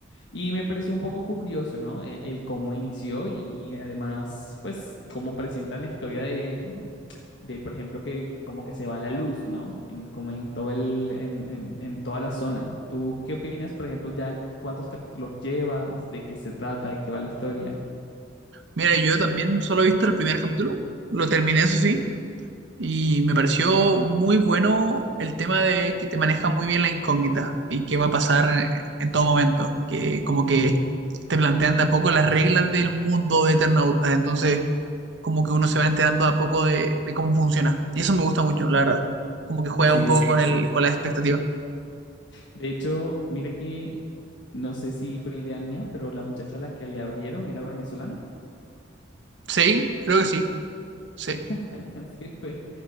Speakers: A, on the left (about 65°); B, on the right (about 65°).
A: Y me pareció un poco curioso, ¿no? El, el cómo inició y, y además, pues, cómo presentan la historia de, de, por ejemplo, que como que se va la luz, ¿no? En, como en todo el, en, en, en toda la zona. ¿Tú qué opinas, por ejemplo, ya cuántos capítulos llevas, de qué se trata, de qué va la historia?
B: Mira, yo también solo he visto el primer capítulo, lo terminé, eso sí, Y me pareció muy bueno el tema de que te maneja muy bien la incógnita y qué va a pasar en, en todo momento. Que como que te plantean de a poco las reglas del mundo de Eternauta. Entonces, como que uno se va enterando de a poco de, de cómo funciona. Y eso me gusta mucho, la verdad. Como que juega
A: Sí,
B: un poco
A: sí,
B: Sí, con
A: sí.
B: el, con la expectativa.
A: De hecho, mire que no sé si fue idea mía, pero la muchacha a la que le abrieron era venezolana.
B: Sí, creo que sí. Sí,
A: <laughs> Sí, fue,